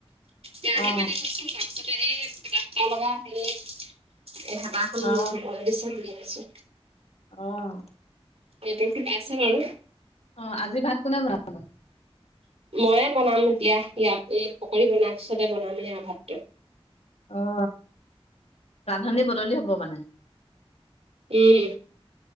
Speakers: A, on the right; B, on the left.
A: কেয়াহী
B: অ
A: পাতি থৈছো তাৰপিছতে এই তটা লগা হে এ হাঁহ। আম
B: অ
A: ধ'ব ল দিছে বুলি আছো।
B: অঁ।
A: সেইটো কিবা আছে বাৰু।
B: অ আজি ভাত কোনে বনাব।
A: ম‌ইয়ে বনাম এতিয়া ইয়াত এই পকৰি বনাৰ পিছতে বনামেই আৰু ভাতটো।
B: অ ৰান্ধনি বদলি হব মানে।
A: উম।